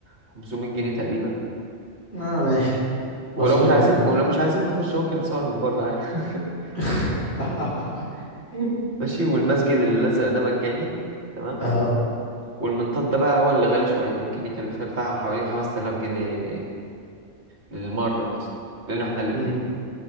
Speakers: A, on the right; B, on the left.
A: 500 جنيه تقريبا
B: اه ماشي بسيطة
A: ولو مش عايزين
B: يعني
A: ولو مش عايزين نخش ممكن نتصور من بره عادي. <laughs>
B: <laughs>
A: ماشي والمسجد الأزرق ده مجاني تمام
B: اه
A: والمنطاد ده بقى هو اللي غالي شوية ممكن يكلفنا بتاع حوالي 5000 جنيه للمرة مثلا لأن احنا الاتنين
B: مم.